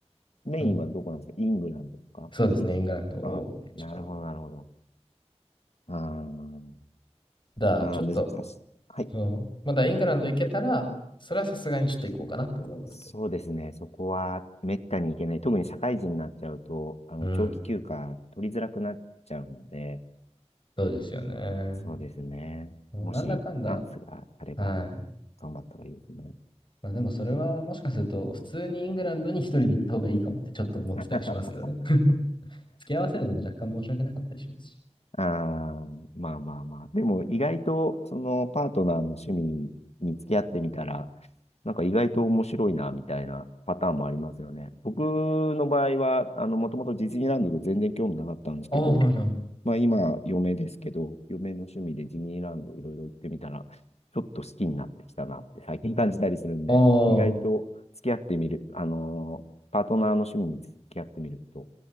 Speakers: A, on the left; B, on the left.
A: メインはどこなんですかイングランドとかイギリス
B: そう、そうですね、イングランドを一番。
A: あ、なるほど、なるほど。あー、
B: だから、
A: まあ、
B: ちょっと、
A: 難しい。はい。
B: そう、まだイングランド行けたら、それはさすがにちょっと行こうかなと思いますけど。
A: そうですね。そこはめったに行けない。特に社会人になっちゃうと、あの、
B: うん。
A: 長期休暇取りづらくなっちゃうので、
B: そうですよね。
A: そうですね。
B: もうなんだかんだ、
A: もしチャンスがあれば、
B: はい。
A: 頑張った方がいいですね。
B: まあ、でもそれはもしかすると普通にイングランドに一人で行った方がいいかもってちょっと思ってたりしますけどね。
A: <laughs>
B: <laughs> 付き合わせるのも若干申し訳なかったりしますし。
A: ああ、まあまあまあ。でも意外と、そのパートナーの趣味に付き合ってみたら、なんか意外と面白いな、みたいなパターンもありますよね。僕の場合は、あの、もともとディズニーランドと全然興味なかったんですけど、
B: ああ、はいはい。ああ、
A: まあ今、嫁ですけど、嫁の趣味でディズニーランドいろいろ行ってみたら、ちょっと好きになってきたなって最近感じたりするんで、
B: そ
A: 意外と付き合ってみる、あのーパートナーの趣味に付き合ってみると、